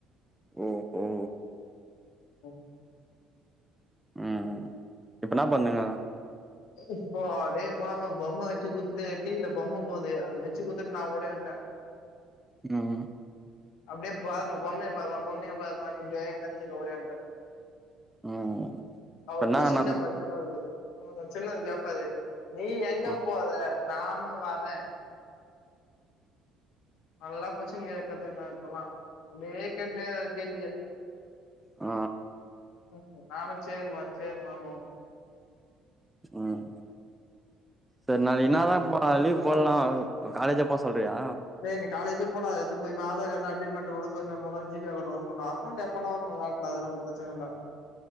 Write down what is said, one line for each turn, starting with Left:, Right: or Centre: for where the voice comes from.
Centre: ஓ ஓ
Left: ஹ்ம்
Centre: உம் இப்பனா பண்ணுங்க
Left: இப்போ அப்டியே போனாப்ப பொம்ம வச்சு குத்துட்டு டிவில பொம்ம போது அத வச்சு குத்துட்டு நா ஓடியான்ட்ட
Centre: ம் ம்
Left: அப்டியே பார்மா பொம்மய பார்மா பொம்மய பார்மான்னிட்டே நனஞ்சின் ஒடியான்டே.
Centre: ம்
Left: அவுர்
Centre: இப்ப என்னா
Left: கொஸ்டின்
Centre: ந
Left: கேப்பார் இத்தன் நாள் எங்க ஆ. சின்னது கேப்பாரு நீ எங்க
Centre: ஆ
Left: போற நானு வரே. நல்லா கொஸ்டின் கேக்கத்துக்குனா இப்பல்லா அப்டே கேட்னேவா கேள்வியே
Centre: ஆ
Left: ம் ஆமா செர்மா செர்மா மா.
Centre: ம் செர் நா என்னாதா ப லீவ் போலா. ஆ காலேஜ் எப்ப வர்சொல் ப்ரியா
Left: டேய் நீ காலேஜே போட அ எத்து போயி இன்மே ஆதார் எல்ல அப்டேட்டுமெண்ட்டுக் கூட பொறுமையா போலா ஜிபே அக்கவுண்ட் ஒபன் பண்லா அக்கவுண்ட் எப்பனா ஒபன் பண்லா அத் அதுலா ஒரு பிரச்சன இல்ல